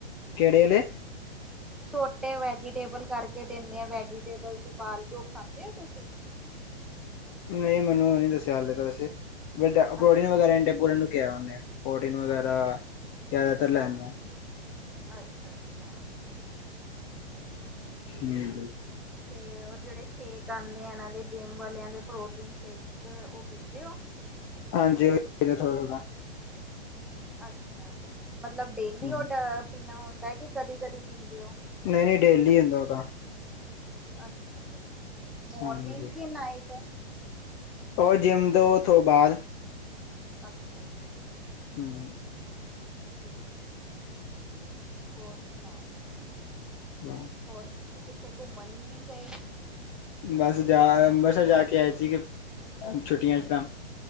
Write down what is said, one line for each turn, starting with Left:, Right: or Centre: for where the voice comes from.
Left: ਕੇੜੇ ਆਲੇ?
Centre: ਸੋਟੇ ਵੈਜੀਟੇਬਲ ਕਾਰਕੇ ਦੇਂਨੇ ਆ, ਵੈਜੀਟੇਬਲਸ ਊਬਾਲ ਕੇ ਓ ਖਾਂਦੇ ਓ ਤੁਸੀ?
Left: ਨਈ ਮੈਨੂੰ ਓ ਨੀ ਦੱਸੇਆ ਹਾਲੇ ਤਾਂ ਵੈਸੇ, ਬਟ ਪ੍ਰੋਟੀਨ
Centre: ਅੱਛਾ,
Left: ਵਗੈਰਾ ਆਂਡੇ ਨੂੰ ਕੇਆ ਓਨੇ। ਪ੍ਰੋਟੀਨ ਵਗੈਰਾ
Centre: ਅੱਛਾ ਜੀ।
Left: ਜੇ਼ਆਦਾਤਰ ਲੈਨ ਨੂੰ।
Centre: ਅੱਛਾ-ਅੱਛਾ।
Left: <unintelligible>
Centre: ਤੇ ਉਹ ਜਿਹੜੇ ਸ਼ੇਕ ਆਂਦੇਏ ਏਨਾ ਦੇ ਜਿੰਮ ਵਾਲਿਆਂ ਦੇ ਪ੍ਰੋਟੀਨ ਸ਼ੇਕਸ, ਉਹ ਪੀਂਦੇ ਓ?
Left: ਹਾਂਜੀ ਉਹੀ ਨੇ ਥੋੜਾ-ਥੋੜਾ।
Centre: ਅੱਛਾ, ਮਤਲਬ ਡੇਲੀ
Left: ਹਮ
Centre: ਉਹ ਡ ਪੀਨਾ ਹੁੰਦਾ ਕੇ ਕਦੀ-ਕਦੀ ਪੀਂਦੇ ਓ?
Left: ਨਈ-ਨਈ ਡੇਲੀ ਹੁੰਦਾ ਉਹ ਤਾ।
Centre: ਅੱਛਾ ਡੇਲੀ, ਮੋਰਨਿੰਗ
Left: ਹਾਂਜੀ
Centre: ਕੇ ਨਾਈਟ?
Left: ਓ ਜਿਮ ਦੋ ਓਥੋ ਬਾਦ।
Centre: ਅੱਛਾ ਜੀ ਅੱਛ।
Left: ਹੂੰ।
Centre: ਠੀਕ ਐ, ਹੋਰ ਸੁਨਾਓ।
Left: <unintelligible>
Centre: ਹੋਰ ਤੁਸੀ ਕਿੱਥੇ ਘੁੰਮਣ ਨੀ ਗਏ?
Left: ਬਸ ਜਾ ਅੰਮਬਰਸਰ ਜਾ ਕੇ ਆਏ ਸੀਗੇ, ਛੁੱਟੀਆਂ ਇਚ ਤਾਂ।